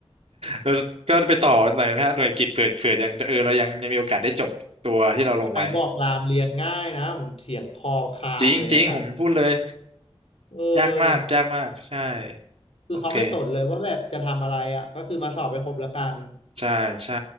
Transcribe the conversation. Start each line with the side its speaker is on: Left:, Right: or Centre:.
Right: แล้วก็ไปต่อหน่อยไหมฮะหน่วยกิตเผื่อเผื่อยังเออเรายังยังมีโอกาสได้จบตัวที่เราลงไว้
Left: ใครบอกรามเรียนง่ายนะผมเถียงคอขาดเลยอะ
Right: จริงจริงผมพูดเลย
Left: เออ
Right: ยากมากยากมากใช่
Left: คือเขาไม่สนเลยว่าแบบจะทำอะไรอะก็คือมาสอบไปครบแล้วกัน
Right: โอเคใช่ใช่